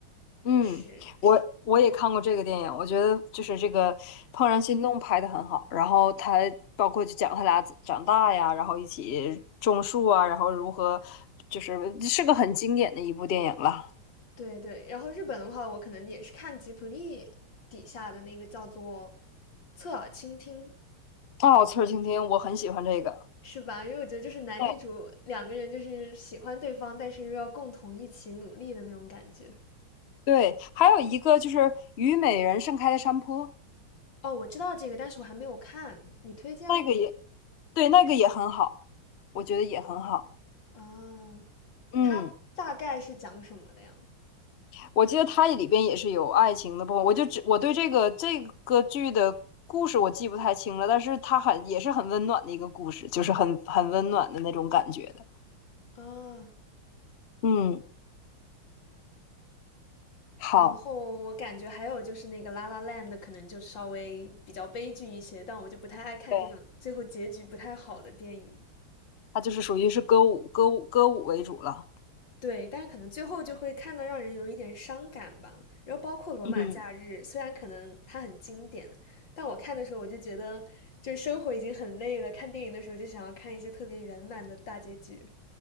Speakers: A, on the left (about 75°); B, on the left (about 60°).
A: 嗯，
B: 是，
A: 我我也看过这个电影，我觉得就是这个《怦然心动》拍的很好，然后他包括就讲他俩怎长大呀，然后一起种树啊，然后如何，就是是个很经典的一部电影了。
B: 对对。然后日本的话，我可能也是看吉卜力底下的那个叫做《侧耳倾听》，
A: 哦，《刺儿倾听》，我很喜欢这个。
B: 是吧？因为我觉得就是男女主两个人就是喜欢对方，
A: 对。
B: 但是又要共同一起努力的那种感觉。
A: 对，还有一个就是虞美人盛开的山坡，
B: 哦，我知道这个，但是我还没有看，你推荐吗？
A: 那个也对，那个也很好，我觉得也很好。
B: 啊，
A: 嗯，
B: 它大概是讲什么的呀？
A: 我记得它里边也是有爱情的部分，我就只我对这个这个剧的故事我记不太清了，但是它很也是很温暖的一个故事，就是很很温暖的那种感觉的。
B: 啊，
A: 嗯，好，
B: 然后我感觉还有就是那个《La La n d 可能就稍微比较悲剧一些，但我就不太爱看这种最后结局不太好的电影。
A: 对，它就是属于是歌舞歌舞歌舞为主了。
B: 对，但是可能最后就会看得让人有一点伤感吧。然后包括《罗马假日》，
A: 嗯。
B: 虽然可能它很经典，但我看的时候我就觉得，就是生活已经很累了，看电影的时候就想要看一些特别圆满的大结局。